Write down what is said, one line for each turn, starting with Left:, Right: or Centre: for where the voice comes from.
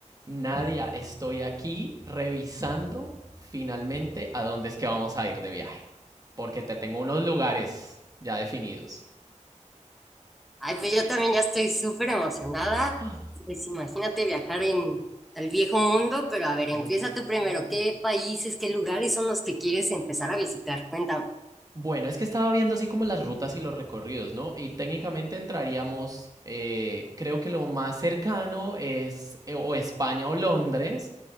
Right: Nadia, estoy aquí revisando finalmente a dónde es que vamos a ir de viaje. Porque te tengo unos lugares ya definidos.
Centre: Ay, pues yo también ya estoy súper emocionada.
Right: <gasps> ¡Ah!
Centre: Pues imagínate viajar en el viejo mundo, pero a ver,
Right: Oye,
Centre: empieza
Right: sí.
Centre: tú primero. ¿Qué países, qué lugares son los que quieres empezar a visitar? Cuéntame.
Right: Bueno, es que estaba viendo así como las rutas y los recorridos, ¿no? Y técnicamente entraríamos, eh, creo que lo más cercano es eh, o España o Londres,